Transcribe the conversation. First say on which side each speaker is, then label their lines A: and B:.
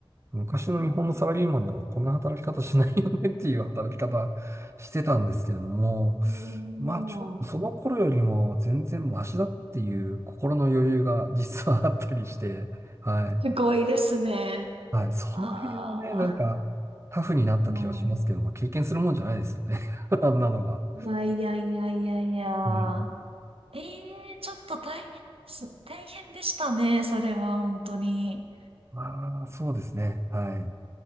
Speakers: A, on the right; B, on the right.
A: 昔の日本のサラリーマンでもこんな働き方しないよねっていう働き方してたんですけれども、
B: うん、
A: まあちょっとその頃よりも全然マシだっていう心の余裕が実はあったりして、
B: うん、
A: はい。
B: すごいですね。
A: はい。その辺はね、
B: あ
A: なんか、タフになった気はしますけども、
B: あ、も
A: 経験するもんじゃないですよね。<laughs> あんなのは。
B: ういやいやいやいやいや。
A: うん。
B: ええちょっと大変す、大変でしたね、それは、本当に。
A: まあ、そうですね。はい。